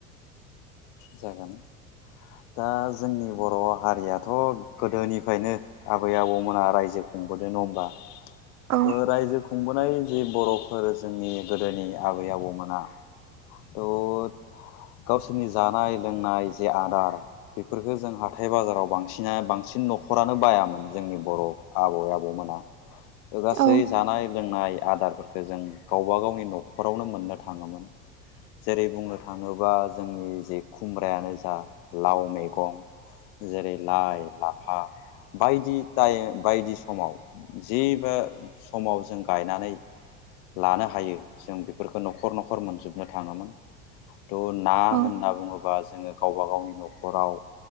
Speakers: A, on the left; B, on the right.
A: जागोन। दा जोंनि बर हारियाथ गोदोनिफ्रायनो आबै आबौमोना रायजो खुंबोदों नङा हमबा
B: औ
A: रायजो खुंबोनाय जि बरफोर जोंनि गोदोनि आबै आबौमोना
B: <inaudible>
A: थ' गावसोरनि जानाय लोंनाय जे आदार बेफोरफोरखौ जों हाथाय बाजाराव बांसिना बांसि सिन नखरानो बायामोन जोंनि बर आबै आबौमोना ओ गासै
B: औ
A: जानाय लोंनाय आदारफोरखौ जों गावबा गावनि न'खरावनो मोननो थाङोमोन। जेरै बुंनो थाङोबा जोंनि जे खुमब्रायानो जा लाव मैगं जेरै लाइ लाफा बायदि बायदि समाव जेबो समाव जों गायनानै लानो हायो जों बेफोरखौ न'खर न'खर मोनजोबनो थाङोमोन। थ' ना
B: औ
A: होनना बुङोबा जोङो गावबा गावनि न'खराव